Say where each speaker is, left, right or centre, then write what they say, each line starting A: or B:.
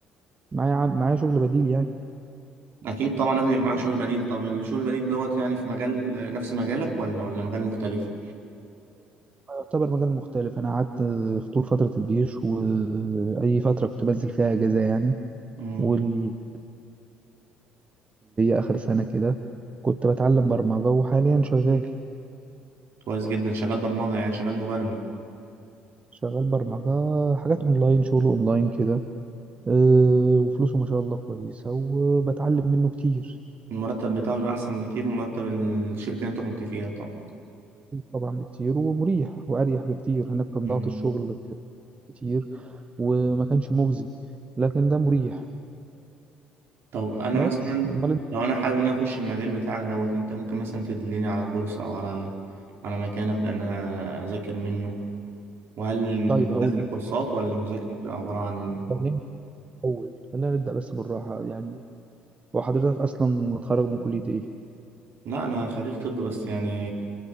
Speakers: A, on the right; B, on the right.
A: معايا عم- معايا شغل بديل يعني
B: اكيد طبعا لازم يبقى معاك شغل بديل طب الشغل البديل دوت يعني في مجال نفس مجالك ولا ولا مجال مختلف
A: يعتبر مجال مختلف أنا قعدت في طول فترة الجيش وأي فترة كنت بنزل فيها أجازة يعني
B: امم
A: والكلية آخر سنة كده كنت بتعلم برمجة وحاليا شغال
B: كويس جدا شغال برمجة يعني شغال مبرمج
A: شغال برمجة حاجات أونلاين شغل أونلاين كده أه، وفلوسه ما شاء الله كويسة وبتعلم منه كتير
B: المرتب بتاعه بيبقى أحسن بكتير من مرتب الشركة اللي أنت كنت فيها طبعا
A: طبعا بكتير ومريح وأريح بكتير هناك كان
B: مم.
A: ضغط الشغل كتير وما كانش مجزي لكن ده مريح
B: طب أنا
A: بس
B: مثلا
A: امال انت
B: لو أنا حابب إن أنا أخش المجال بتاعك دوت أنت ممكن مثلا تدلني على كورس أو على على مكان أبدأ إن أنا أذاكر منه وهل المذاكرة
A: طيب هقول لك
B: كورسات ولا مذاكرة بتبقى عبارة عن
A: خلينا الاول خلينا نبدا بس بالراحه يعني هو حضرتك اصلا متخرج من كليه ايه
B: لا أنا خريج طب بس يعني